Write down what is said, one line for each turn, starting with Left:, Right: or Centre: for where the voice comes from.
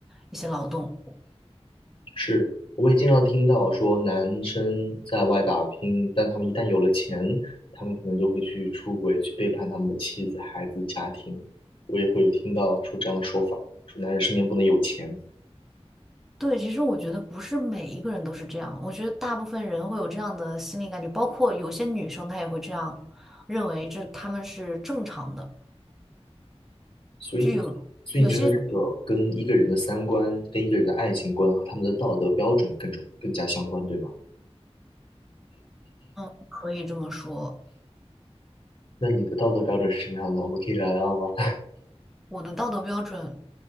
Centre: 一些劳动。
Left: 是，我也经常听到说男生在外打拼，但他们一旦有了钱，他们可能就会去出轨，去背叛他们的妻子、孩子、家庭。我也会有听到说这样的说法，说男人身边不能有钱。
Centre: 对，其实我觉得不是每一个人都是这样，我觉得大部分人会有这样的心理感觉，包括有些女生她也会这样认为，这她们是正常的。
Left: 所以你所以你觉得这个跟一个人的三观、
Centre: 就有有些女，
Left: 跟一个人的爱情观和他们的道德标准更重、更加相关，对吗？
Centre: 嗯，可以这么说，
Left: 那你的道德标准是什么样的？我们可以聊聊吗？<laughs>
Centre: 我的道德标准，